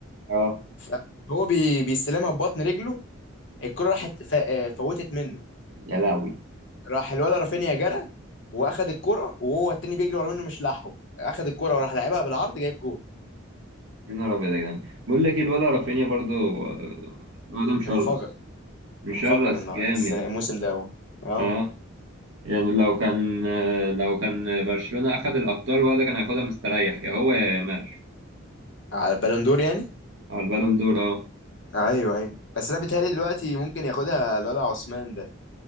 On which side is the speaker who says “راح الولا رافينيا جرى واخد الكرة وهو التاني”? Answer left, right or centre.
Left